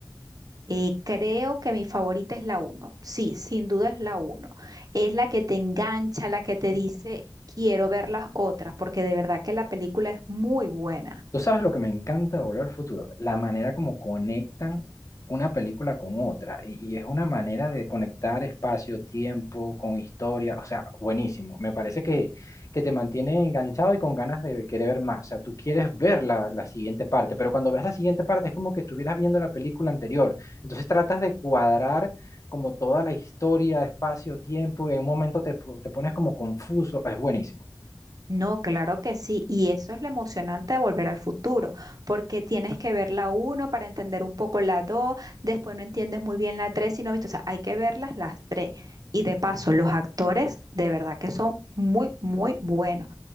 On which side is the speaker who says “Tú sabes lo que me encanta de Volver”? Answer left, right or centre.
Left